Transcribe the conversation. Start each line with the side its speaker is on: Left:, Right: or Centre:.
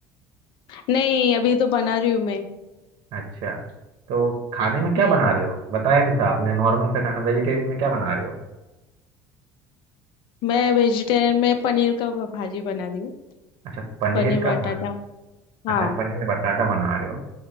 Left: नहीं अभी तो बना रही हूँ मैं
Right: अच्छा तो खाने में क्या
Left: हम्म
Right: बना रहे हो बताया नहीं था आपने नॉर्मल से खाना वेजिटेरियन में क्या बना रहे हो
Left: मैं वेजिटेरियन में पनीर का भा- भाजी बना रही हूँ
Right: अच्छा पनीर
Left: पनीर
Right: का
Left: बटाटा
Right: भा... अच्छा
Left: हाँ
Right: पनीर बटाटा बना रहे हो